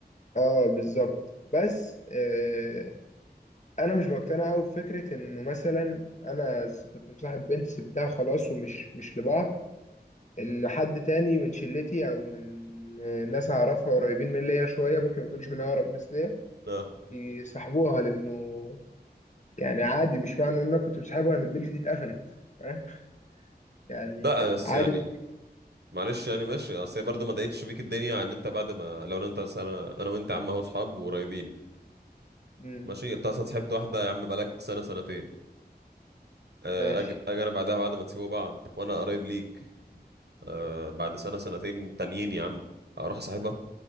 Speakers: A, on the left; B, on the right.
A: اه بالظبط بس آه انا مش بقتنع قوي بفكره انه مثلا انا س- كنت مصاحب بنت سبتها خلاص ومش مش لبعض ان حد تاني من شلتي او من آه، ناس اعرفها قريبين من ليا شويه ممكن ما يكونش من اقرب ناس ليا
B: اه
A: يسحبوها لانه يعني عادي مش معنى ان انا كنت بسحبها ان البيج دي اتقفلت فاهم يعني
B: لا بس
A: عادي
B: يعني
A: ممكن
B: معلش يعني ماشي اصل هي برضه ما ضايقتش بيك الدنيا ان انت بعد ما لو انا انت انا انا وانت يا عم اهو صحاب وقريبين
A: مم.
B: ماشي انت اصلا صاحبت واحده يا عم بقالك سنه سنتين آه،
A: ماشي
B: أج- اجي انا بعدها بعد ما تسيبوا بعض وانا قريب ليك آه، بعد سنه سنتين تانيين يا عم اروح صاحبها